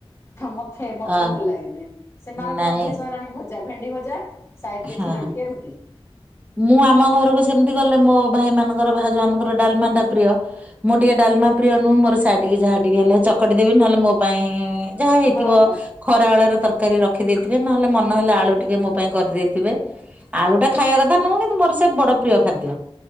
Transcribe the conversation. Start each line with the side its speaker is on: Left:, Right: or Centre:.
Left: ମତେ ମତେ
Right: ଅ
Left: ଭଲ ଲାଗେନି ସେମାନଙ୍କର
Right: ନାଇଁ
Left: ଅଭ୍ୟାସ ହେଲାଣି ଭ ଜା ଭେଣ୍ଡି ଭଜା ସାଇଡ ରେ
Right: ହଁ।
Left: କ୍ଷୀର ଟିକେ ରୁଟିି।
Right: ମୁଁ ଆମ ଘରକୁ ସେମିତି ଗଲେ ମୋ ଭାଇ ମାନଙ୍କର ଭାଉଜ ମାନଙ୍କର ଡାଲମା ଟା ପ୍ରିୟ। ମୁଁ ଟିକେ ଡାଲମା ପ୍ରିୟ ନୁହଁ ମୋର ସାଇଟିକି ଯାହା ଟିକେ ହେଲେ ଚକଟି ଦେବି ନହେଲେ ମୋ ପାଇଁ ଯାହା ହେଇଥିବ
Left: ହଁ ହଁ
Right: ଖରାବେଳର ତରକାରୀ ରଖିଦେଇଥିବେ ନହେଲେ ମନ ହେଲେ ଆଳୁ ଟିକେ ମୋ ପାଇଁ କରିଦେଇ ଥିବେ ଆଳୁ ଟା ଖାଇବା କଥା ନୁହେଁ କିନ୍ତୁ ମୋର ସେ ବଡ ପ୍ରିୟ ଖାଦ୍ୟ।